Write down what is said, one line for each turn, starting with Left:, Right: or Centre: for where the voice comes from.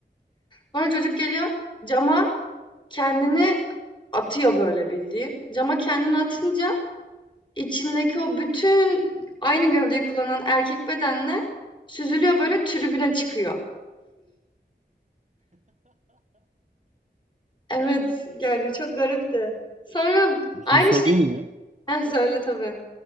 Left: Sonra çocuk geliyor cama kendini atıyor böyle bildiğin. Cama kendini atınca içindeki o bütün aynı gövdeyi kullanan erkek bedenle süzülüyor böyle tribüne çıkıyor. Evet yani çok garipti. Sonra
Right: Bir şey
Left: aynı
Right: söyleyeyim mi?
Left: şekilde <laughs> söyle tabii.